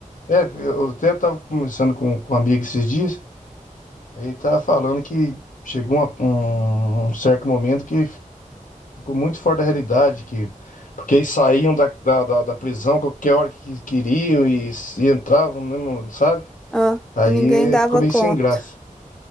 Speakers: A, on the left (about 70°); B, in the centre.
A: É, eu até tava conversando com, com um amigo esses dias. Aí tava falando que chegou uma- um, um certo momento que ficou muito fora da realidade, que. Porque eles saíam da, da, da, da prisão qualquer hora que queriam e, e entravam mesmo, sabe?
B: Ah,
A: Aí
B: ninguém dava
A: ficou meio
B: conta.
A: sem graça.